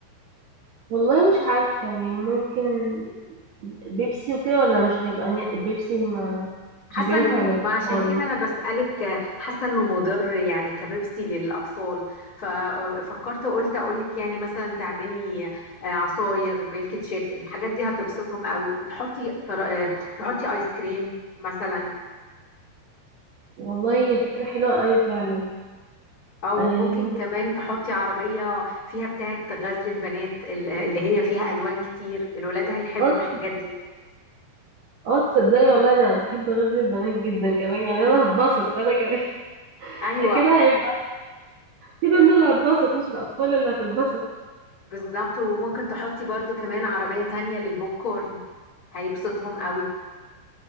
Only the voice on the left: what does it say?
حاسه
انه ما
عشان كده انا بسالك حاسه انه مضر يعني كبيبسي للاطفال ففكرت قلت اقول لك يعني مثلا تعملي آه، عصاير ميلك شيك الحاجات دي هتبسطهم قوي وتحطي تر- تحطي ايس كريم مثلا
او
ممكن كمان تحطي عربيه فيها بتاعه غزل البنات ال- اللي هي فيها الوان كتير الولاد هيحبوا
الحاجات دي
ايوه
بالظبط وممكن تحطي برضو كمان عربيه تانية للبوب كورن هيبسطهم قوي